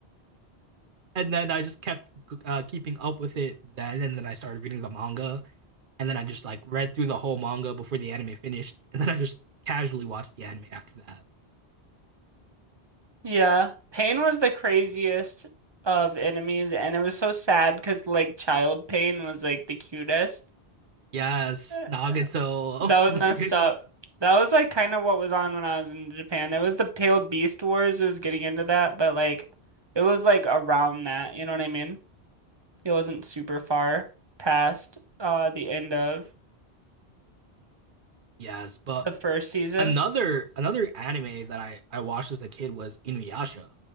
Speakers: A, on the right; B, on the right.
A: And then I just kept uh, keeping up with it then, and then I started reading the manga, and then I just like read through the whole manga before the anime finished, and then I just casually watched the anime after that.
B: Yeah. Pain was the craziest of enemies, and it was so sad because like child Pain was like the cutest.
A: Yes,
B: <laughs>
A: Nagato.
B: That was
A: <laughs> Oh
B: messed
A: my goodness.
B: up. That was like kind of what was on when I was in Japan. It was the Tailed Beast Wars. It was getting into that, but like it was like around that, you know what I mean? It wasn't super far past uh the end of
A: Yes, but
B: the first season.
A: another another anime that I I watched as a kid was Inuyasha.